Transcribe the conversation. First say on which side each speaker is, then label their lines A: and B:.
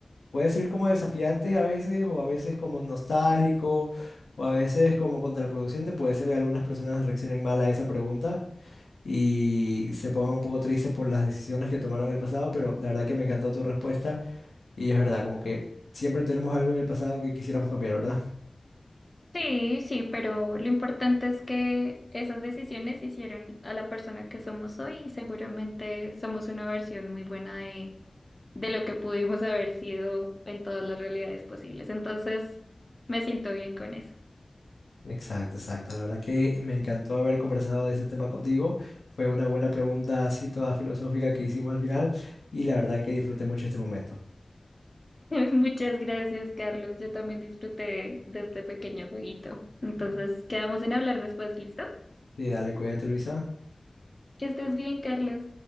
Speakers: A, on the left; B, on the left.
A: puede ser como desafiante a veces o a veces como nostálgico o a veces como contraproducente. Puede ser que algunas personas reaccionen mal a esa pregunta y se pongan un poco tristes por las decisiones que tomaron en el pasado, pero la verdad que me encantó tu respuesta y es verdad, como que siempre tenemos algo en el pasado que quisiéramos cambiar, ¿verdad?
B: Sí, sí, pero lo importante es que esas decisiones hicieron a la persona que somos hoy y seguramente somos una versión muy buena de, de lo que pudimos haber sido en todas las realidades posibles. Entonces, me siento bien con eso.
A: Exacto, exacto. La verdad que me encantó haber conversado de ese tema contigo. Fue una buena pregunta así toda filosófica que hicimos al final y la verdad que disfruté mucho este momento.
B: <laughs> Muchas gracias, Carlos. Yo también disfruté de este pequeño jueguito. Entonces,
A: Mm.
B: quedamos en hablar después, ¿listo?
A: Sí, dale, cuídate, Luisa.
B: Que estés bien, Carlos.